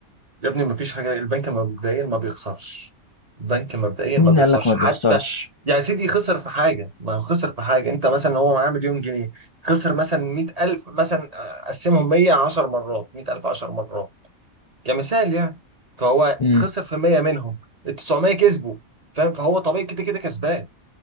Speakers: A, on the right; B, on the left.
A: يا ابني ما فيش حاجه البنك مبدئيا ما بيخسرش البنك مبدئيا
B: مين
A: ما بيخسرش
B: قال لك ما
A: حتى
B: بيخسرش
A: يعني سيدي خسر في حاجه ما هو خسر في حاجه انت مثلا هو معاه مليون جنيه خسر مثلا 100000 مثلا آه، قسمهم 100 10 مرات 100000 10 مرات كمثال يعني فهو
B: امم
A: خسر في 100 منهم ال 900 كسبوا فاهم فهو طبيعي كده كده كسبان